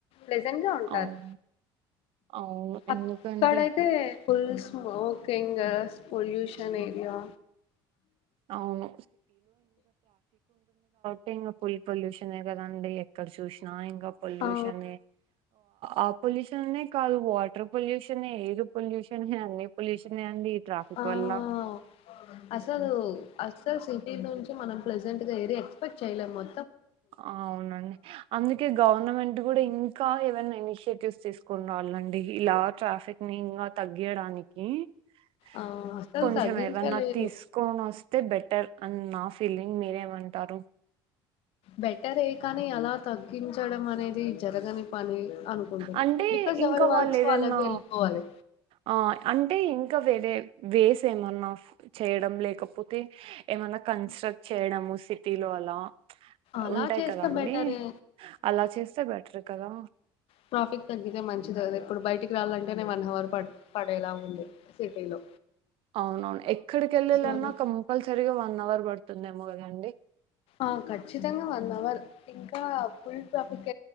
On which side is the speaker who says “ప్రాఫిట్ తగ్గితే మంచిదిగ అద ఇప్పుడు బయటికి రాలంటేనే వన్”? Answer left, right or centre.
Left